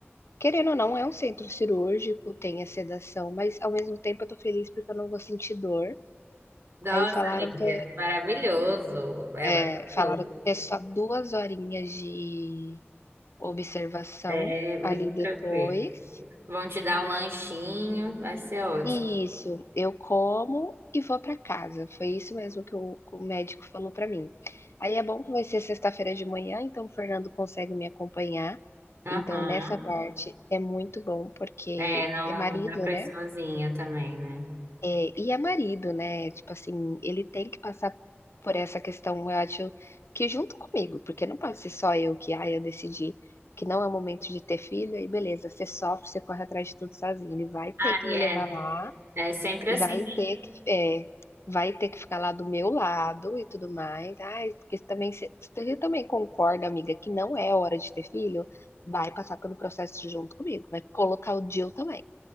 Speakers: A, on the left (about 70°); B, on the right (about 65°).
A: querendo ou não, é um centro cirúrgico, tem a sedação, mas ao mesmo tempo eu tô feliz porque eu não vou sentir dor.
B: Nossa,
A: Aí falaram
B: amiga,
A: que
B: maravilhoso. É
A: É,
B: maravilhoso.
A: falaram que é só 2 horinhas de observação
B: É muito
A: ali depois.
B: tranquilo. Vão te dar um lanchinho, vai ser ótimo.
A: Isso, eu como e vou para casa, foi isso mesmo que o que o médico falou para mim. Aí é bom que vai ser sexta-feira de manhã, então o Fernando consegue me acompanhar,
B: Aham.
A: então nessa parte é muito bom, porque
B: É, não,
A: é marido,
B: não dá pra
A: né.
B: ir sozinha também, né?
A: É, e é marido, né, tipo assim, ele tem que passar por essa questão, eu acho que junto comigo, porque não pode ser só eu que: ah eu decidi que não é o momento de ter filho", aí beleza, você sofre, você corre atrás de tudo sozinho, ele vai ter
B: Ah,
A: que
B: é.
A: me levar lá,
B: É sempre
A: vai
B: assim.
A: ter que é, vai ter que ficar lá do meu lado e tudo mais. "Ai, porque você também você você também concorda, amiga, que não é hora de ter filho?", vai passar pelo processo junto comigo, vai colocar o "Jill" também.